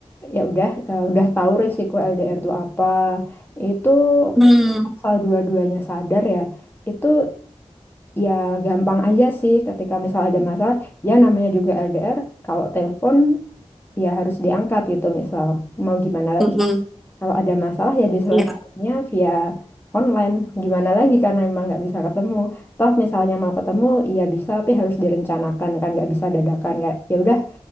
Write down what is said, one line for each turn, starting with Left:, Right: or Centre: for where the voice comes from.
Left: ya udah eh, udah tahu risiko LDR itu apa, itu
Centre: mmm,
Left: asal dua-duanya sadar ya, itu ya gampang aja sih ketika misal ada masalah ya namanya juga LDR kalau telepon ya harus diangkat gitu misal mau gimana lagi
Centre: mhm,
Left: kalau ada masalah ya diselesaikannya
Centre: iya,
Left: via online gimana lagi karena memang nggak bisa ketemu toh misalnya mau ketemu ya bisa tapi harus direncanakan kan nggak bisa dadakan kayak ya udah